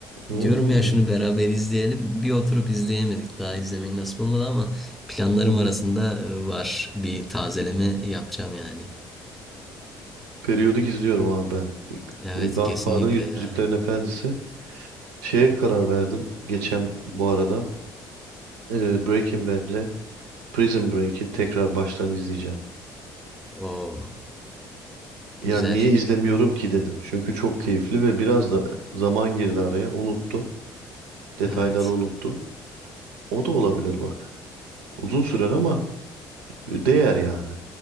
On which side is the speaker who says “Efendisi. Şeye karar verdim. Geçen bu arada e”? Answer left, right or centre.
Right